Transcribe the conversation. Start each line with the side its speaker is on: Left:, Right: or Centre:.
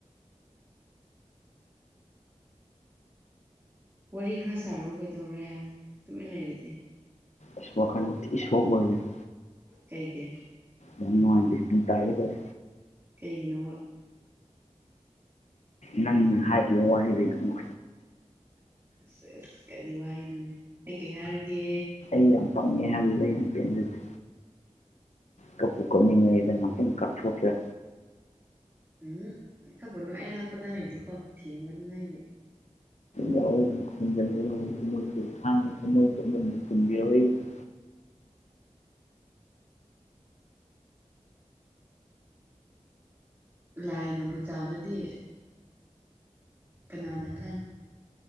Right: ꯋꯥꯔꯤ ꯈꯔ ꯁꯥꯔꯣ ꯀꯩꯗꯧꯔꯦ ꯇꯨꯃꯤꯟ ꯂꯩꯔꯗꯤ
Left: ꯏꯁ ꯋꯥꯈꯥꯜ ꯊꯤ ꯁꯣꯛ ꯑꯣꯢꯕꯤꯅꯤ
Right: ꯀꯩꯒꯤ
Left: ꯌꯥꯝ ꯅꯨꯡꯉꯥꯢꯇꯦ ꯄꯤ ꯇꯥꯒꯦ ꯇꯧꯋꯤ
Right: ꯀꯩꯒꯤꯅꯣꯕ
Left: ꯅꯪ ꯍꯥꯏꯈꯤꯕ ꯋꯥꯍꯩꯗꯨꯅ
Right: ꯁꯦꯁ ꯀꯔꯤ ꯋꯥꯍꯩꯅꯣꯅꯦ ꯑꯩ ꯀꯩ ꯍꯥꯏꯔꯒꯦ
Left: ꯅ꯫ ꯌꯥꯝ ꯄꯪꯉꯦ ꯍꯥꯏꯕꯗꯨ ꯑꯩ ꯌꯥꯝ ꯄꯦꯟꯖꯗꯦ ꯀꯄꯨ ꯀꯞꯅꯤꯡꯉꯦꯗ ꯉꯥꯛꯇꯪ ꯀꯥꯞꯊꯣꯛꯁꯤꯔ
Right: ꯎꯝ ꯀꯥꯞꯒꯅꯣ ꯑꯩ ꯑꯅꯛꯄꯗ ꯂꯩꯗꯦꯀꯣ ꯊꯦꯡꯕꯅꯤꯡꯉꯥꯢꯒꯤ
Left: ꯌꯥꯎ <unintelligible> ꯊ <unintelligible> <inaudible>
Right: ꯂꯥꯏꯅꯕꯨ ꯆꯥꯜꯂꯗꯤ ꯀꯅꯅꯥ ꯈꯪ